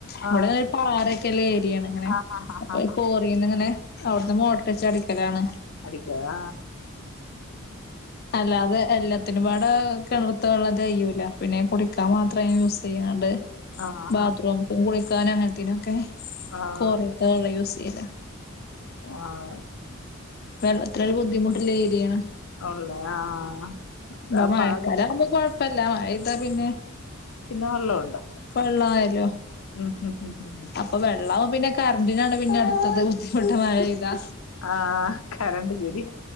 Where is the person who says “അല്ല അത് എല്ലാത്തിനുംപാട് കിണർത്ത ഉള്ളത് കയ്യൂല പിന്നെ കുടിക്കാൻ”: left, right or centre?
Left